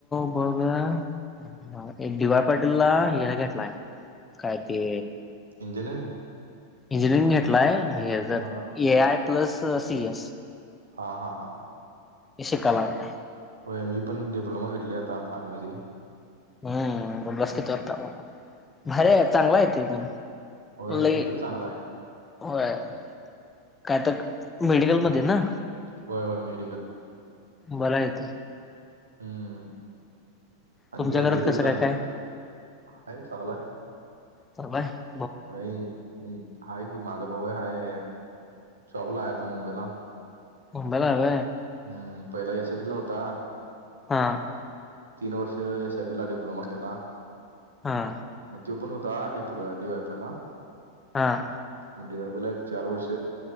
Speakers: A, on the left (about 15°); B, on the right (about 70°).
A: बघा <unintelligible> एक दिवा पाडला येला हे काय ते
B: इंजन <unintelligible>
A: इंजिनिअरिंग घेतलाय म्हजे, जर
B: हा
A: A I plus C S.
B: हा हा हा.
A: की कला <unintelligible>
B: होय, मी पण डिप्लोमा घेतले आता फार्मसी.
A: हम्, बसकीेत वाता मला
B: होय
A: भरे चांगला आहे. त पण
B: होय
A: ल
B: ते पण चांगला आहे
A: होय, काय तक मीडियल म्हदें ना.
B: होय -होय मेडिकल
A: बला येत <unintelligible>
B: हम्म, आणि
A: तुमच्या
B: काय
A: घरात
B: ल तेच
A: कसं
B: झाल
A: काय काय
B: आहे लाय.
A: परर्वा <unintelligible>
B: हा की माझा भाऊ हाय जॉब्ला आहे. आता मुंबईला
A: मुंबालाव
B: हम्म, पहिला एसटला होता.
A: हां,
B: तीन वर्ष एस आय डी ला डि्लोमा केला.
A: हा,
B: मग तो पण होता पो डीवायप ला <unintelligible>
A: हां.
B: म्हणजेला एक चार वर्ष